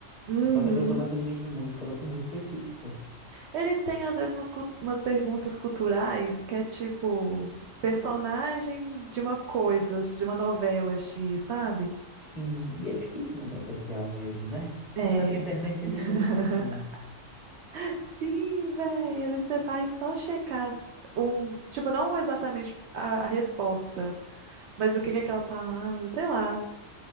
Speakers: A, on the right (about 65°); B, on the left (about 45°).
A: Uhum.
B: você pode ser a pessoa mais inteligente do mundo, porque elas são muito específicas.
A: Ele tem, às vezes, umas, cu- umas perguntas culturais que é tipo personagem de uma coisa, de uma novela X, sabe?
B: Sim, e é difícil não trapacear às vezes, né?
A: É.
B: Você tá com a internet ali
A: <laughs>
B: do lado.
A: Sim, velho. Às vezes você vai só checar as- um, tipo, não exatamente a, a resposta, mas o que que é aquela palavra, sei lá.